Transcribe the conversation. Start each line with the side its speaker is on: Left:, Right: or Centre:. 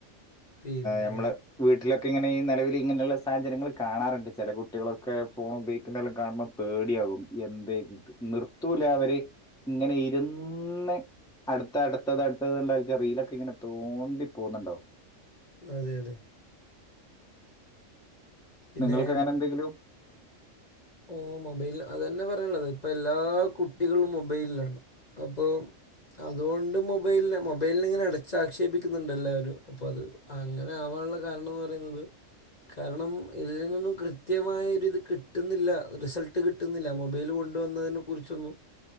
Left: പിന്നെ
Centre: നമ്മള് വീട്ടിലൊക്കെ ഇങ്ങനെഈ നിലവിൽ ഇങ്ങനെയുള്ള സാഹചര്ങ്ങൾ കാണാറുണ്ട് ചില കുട്ടികളൊക്കെ ഫോൺ ഉപയോഗിക്കുന്നെല്ലാം കാണ്പ പേടിയകും എന്ത് നിർത്തല അവര് ഇങ്ങനെ ഇന്ന് അടുത്ത അടുത്തത് അടുത്തത്ന്നെലക്ക്ക്ക്റിയിലൊക്കെ ഇങ്ങനെ തോണ്ടി പോന്നുണ്ടാവോ
Left: അതെ അതെ പിന്നെ
Centre: നിങ്ങൾക്ക് അങ്ങനെ എന്തെങ്കിലും
Left: ഓ മൊബൈല അതന്നെ പറയാനുള്ളത് ഇപ്പൊ എല്ലാ കുട്ടികളും മൊബൈലിലാണ് അപ്പൊ അതുകൊണ്ട് മൊബൈല മൊബൈലിന ഇങ്ങനെ അടച്ച ആക്ഷേപിക്കുന്നുണ്ടെല്ലാവരും അപ്പോ അത് അങ്ങനെ ആവാനുള്ള കാരണന്ന്റയുന്നത് കാരണം ഇല്ല നിന്നും കൃത്യമായൊരു ഇത് കിട്ട കിട്ടുന്നില്ല റിസൾട്ട് കിട്ടുന്നില്ല മൊബൈൽ കൊണ്ടുവന്നതിനെ കുറിച്ചൊന്നും